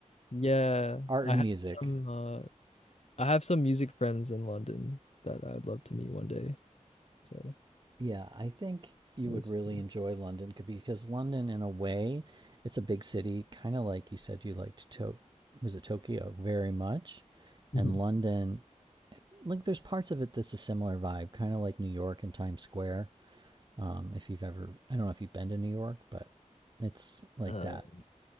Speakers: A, on the left (about 55°); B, on the right (about 35°).
A: Yeah,
B: Art
A: I
B: and
A: have
B: music.
A: some uh I have some music friends in London that I'd love to meet one day. So
B: Yeah, I think you
A: always
B: would really
A: do.
B: enjoy London c- because London, in a way, it's a big city, kind of like you said you liked to was it Tokyo very much,
A: Mhm.
B: and London,
A: <laughs>
B: like there's parts of it that's a similar vibe, kind of like New York and Times Square. Um, if you've ever, I don't know if you've been to New York, but it's like
A: Um,
B: that.